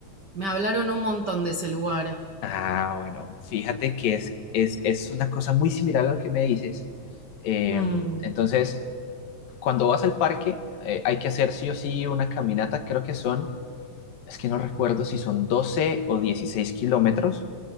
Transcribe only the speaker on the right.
me hablaron un montón de ese lugar.
Mm,